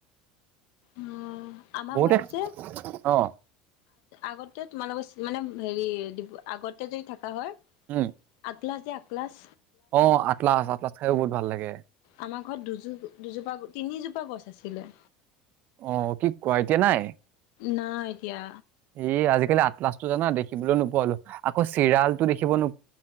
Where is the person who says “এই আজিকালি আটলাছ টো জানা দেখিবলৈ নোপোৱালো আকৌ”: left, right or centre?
Right